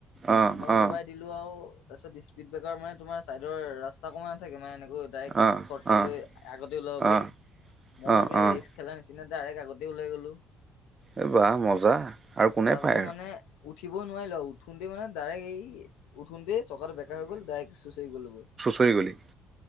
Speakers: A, on the right (about 35°); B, on the left (about 65°).
A: অ
B: ময়ো
A: অ
B: দবাই দিলো আৰু তাৰপিছত স্পীড ব্ৰেকাৰ মানে তোমাৰ চাইডৰ ৰাস্ত কমা থাকে মানে এনেকৈ ডাইৰেক্ট
A: অ
B: শ্বৰ্টকাট
A: অ
B: লৈ আগতে ওলাব
A: অ',
B: পাৰি, ময়ো
A: অ',
B: একে
A: অ',
B: ৰেছ খেলা নিচিনা ডাইৰেক্ট আগতে ওলাই গ'লো।
A: এ‌‌ বা মজা। আৰু কোনে
B: তাৰপিছত
A: পায় আৰু
B: মানে উঠিবও নোৱাৰিলো, উঠোতে মানে ডাইৰেক্ট এই উঠোন তেই চকাটো বেকা হৈ গ'ল ডাইক চুঁচৈ গ'লগৈ।
A: পৰি গলি,